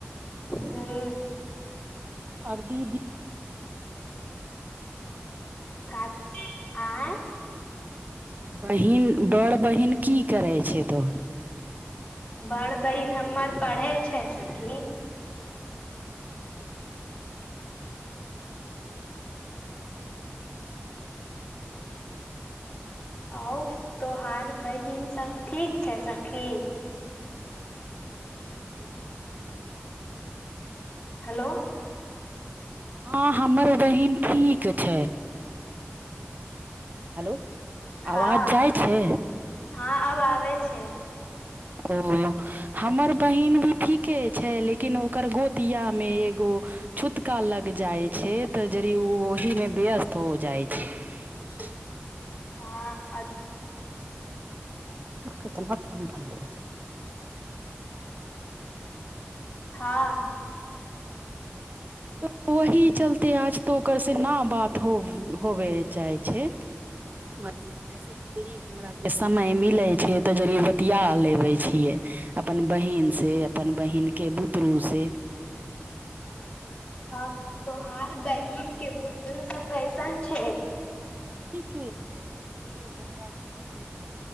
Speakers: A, on the left; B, on the right.
A: हँ
B: अर दी दी
A: कच आँय
B: बहीन बड़ बहीन की करै छै तो
A: बड़ बहिन हमर पढ़े छै
B: तोहर
A: सखी आऔ तोहार बहिन सब ठीक छै सखी
B: जैस कि
A: हेलो
B: हँ हमर उबहीन ठीक छै हेलो
A: हँ
B: आवाज जाइ छै
A: हँ अब आबै छै
B: ओ हमर बहिन भी ठीके छै लेकिन ओकर गोतिया मे एगो छूतका लग जाइ छै तऽ जरी ओ ओहि मे व्यस्त हो जाइ छै
A: हँ अ
B: केतना धन धन छै
A: हँ
B: तऽ ओही चलते आज तऽ ओकरसँ न बात हो होबय चाहै छै आसे यि हमराके समय मिलै छै तऽ जलिए बतििया लेबै छियै अपन बहिीनसँ अपन बहिनके बुतरूसँ
A: ह तो हार बहन के बुध त सब कैसन छै
B: ठीके छै सखी ओकरा तऽ हम